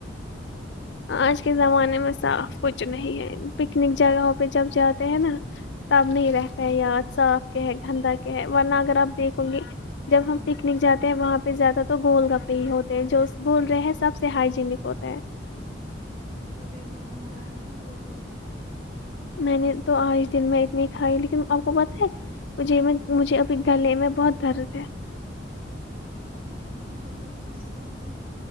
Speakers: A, on the left; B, on the right.
A: آج کے زمانے میں صاف کچھ نہیں ہے پکنک جگہوں پہ جب جاتے ہیں نا تب نہیں رہتا ہے یا صاف کے ہے گندا کے ہے ورنہ اگر آپ دیکھو گے جب ہم پکنک جاتے ہیں وہاں پہ جاتا تو گول گپے ہی ہوتے ہیں جو بول رہے ہیں سب سے ہائجینک ہوتے ہیں
B: مجھے اتنا موڈ آیا ہے نا گول گپے کھانے کا
A: میں نے تو آج دن میں اتنی کھائی لیکن آپ کو پت ہے مجھے مجھے ابھی گلے میں بہت درد ہے
B: وہ تو پھر اسی سے ہوا ہوگا